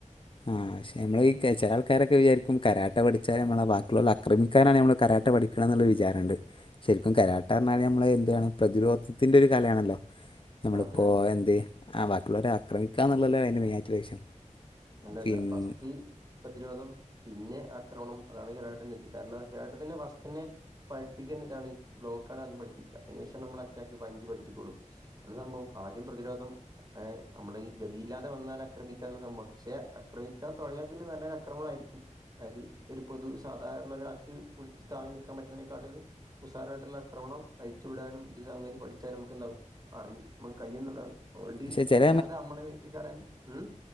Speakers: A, on the left; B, on the right.
A: ആഹ് ഷെ എമ്മളെഈ കേച്ച ചെലആൾക്കാരൊക്കെവിചാരിക്കും കരാട്ടപഠിച്ചാലാമ്മളാബാക്ക്ള്ളൊളാ അക്രമിക്കാനാണ് നമ്മള്കരാട്ടപഠിക്ക ക്ക്ണനല്ലോര് വിചാരണ്ട് ശരിക്കുംകരാട്ടാർഞ്ഞാലാമ്മള് എന്തിനാണ് പ്രതിരോധത്തിന്റെരുകലയാണല്ലോ നമ്മളിപ്പോഎന്തെ
B: ആ, അതെ അതെ
A: ആഹ് ബാക്കിള്ളൊരെആക്രമിക്കാന്നുള്ളല്ലോ അതിന്റെമെയിനായിറ്റിള്ള ലക്ഷ്യം
B: അല്ലല്ല
A: പിന്നെ
B: ഫസ്റ്റ് പ്രതിരോധം പിന്നെ ആക്രമണം അതാണ് കരാട്ടന്റെ ഇത് കാരണം കരാട്ടത്തിന്റെ ഫാസ്റ്റ്ന്നെ പഠ്പ്പിക്കേണ്ടഇതാണ് ബ്ലോക്കാണാദ്യംപഠിപ്പിക്ക അതിനുശേഷംമ്മള് അറ്റാക്ക്, പഞ്ജ്പഠിപ്പിക്കൊള്ളൂ അത് സംഭവം ആദ്യംപ്രതിരോധം എഹ് അമ്മളെ ഈ ഗതിയില്ലാതെവന്നാലാആക്രമിക്കാന്ള്ള സംഭവാണ് ക്ഷെ അക്രമിക്കാൻതുടങ്ങിയാൽ പിന്നെനല്ലൊരുഅക്രമണംയിരിക്കും അയത് ഒരുപൊതുസാധാള്ളരാക്ക് പുടിച്ച്താങ്ങി നിക്കാൻ പറ്റുന്നതെക്കാട്ടിലും ഉസാറായ്ട്ടുള്ള ആക്രമണം അയച്ചുവിടാനും ഇത്സംഗതി പഠിച്ചാലുംമ്മക്കന്താവും അറിയും മ്മകയ്യൊന്നുള്ളണ് അഓണ്ട്
A: പക്ഷെ ചില
B: വല്ലാതെഅമ്മളെമേത്ത്ക്കെറാന് ഉം